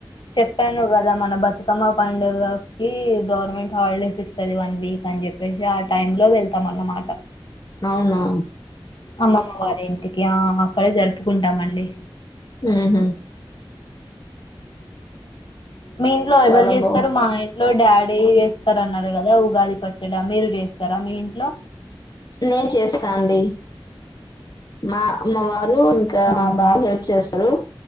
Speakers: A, on the left; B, on the left.
A: చెప్పాను కద మన బతుకమ్మ పండుగకిి గవర్నమెంట్ హాలిడేస్ ఇస్తది వన్ వీక్ అని చెప్పి ఆ టైమ్ లో వెళ్తాం అన్నమాట
B: అవును
A: అమ్మమ్మ వారి ఇంటికి ఆ అక్కడే జరుపుకుంటామండి
B: మ్ హు
A: మీ ఇంట్లో
B: చాలా
A: ఎవరు చేస్తారు
B: బాగుంది
A: మా ఇంట్లో డాడీ చేస్త వస్తారన్నారు కదా గాది ఉగాది పచ్చడ మీరు చేస్తారా మీ ఇంట్లో
B: నేను చేస్తా అండి మా మా వారు ఇంకా
A: ఆహా
B: మా బాబు హెల్ప్ చేస్తారు